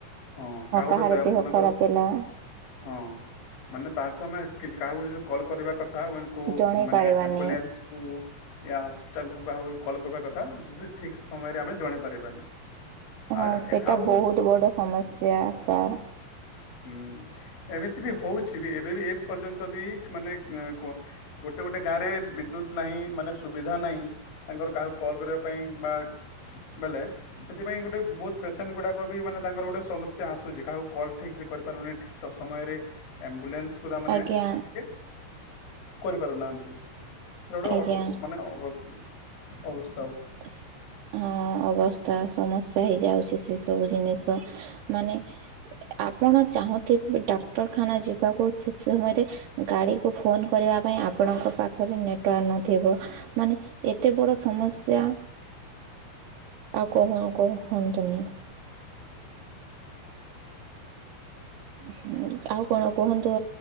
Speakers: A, on the left; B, on the right.
A: ହଁ କାହା ଗୋଟେ
B: କାହାର
A: ଦେହ ମନେକର
B: ଖରାପ ହେଲା
A: ହଁ ମାନେ ତାହାକୁ ଆମେ କିଛି କାହାକୁ ଯଦି କଲ୍ କରିବା କ <unintelligible>
B: ଜଣାଇ
A: ମାନେ
B: ପାରିବାନି
A: ଆମ୍ବୁଲାନ୍ସକୁ ୟା ହସ୍ପିଟାଲକୁ କାହା କଲ୍ କରିବା କଥା ଯଦି ଠିକ୍ ସମୟରେ ଆମେ ଜଣେଇ ପାରିବାନି। ଆ
B: ହଁ ସେଇଟା
A: ଆଉ
B: ବୋହୁତ ବଡ ସମସ୍ୟା ସାର୍।
A: ହୁଁ ଏମିତି ବି ହୋଉଛି ବି ଏବେ ବି ଏ ପର୍ଯ୍ୟନ୍ତ ବି ମାନେ କଣ ଗୋଟେ ଗୋଟେ ଗାଁରେ ବିଦ୍ୟୁତ ନାହିଁ ମାନେ ସୁବିଧା ନାହିଁ ତାଙ୍କର କାହାର କଲ୍ କରିବା ପାଇଁ ବା ବେଲେ ସେଥିପାଇଁ ଗୋଟେ ବୋହୁତ ପେସେଣ୍ଟଗୁଡାକ ବି ମାନେ ତାଙ୍କର ଗୋଟେ ସମସ୍ୟା ଆସୁଚି କାହାକୁ କଲ୍ ଠିକସେ କରିପାରୁ ନେହିଁ ଠିକ ଠକ ସମୟରେ ଆମ୍ବୁଲାନ୍ସ କୁ ରା ମାନେ
B: ଆଜ୍ଞା
A: ଟିକେ କରିପାରୁ ନାହାନ୍ତି। ସେଡା ଗୋଟେ
B: ଆଜ୍ଞା
A: ଅବ ମାନେ ଅବସ ଅବସ୍
B: ସ୍ ହଁ ଅବସ୍ତା ସମସ୍ୟା ହେଇଯାଉଚି ସେ ସବୁ ଜିନିଷ ମାନେ ଆପଣ ଚାହୁଁଥିବେ ଡାକ୍ତରଖାନା ଯିବାକୁ ସେ ସମୟରେ ଗାଡ଼ିକୁ ଫୋନ୍ କରିବା ପାଇଁ ଆପଣଙ୍କ ପାଖରେ ନେଟୱାର୍କ ନଥିବ ମାନେ ଏତେ ବଡ଼ ସମସ୍ ସ୍ୟା ଆଉ କହୁ କହନ୍ତୁନି। ହୁଁ ଆଉ କଣ କୁହନ୍ତୁ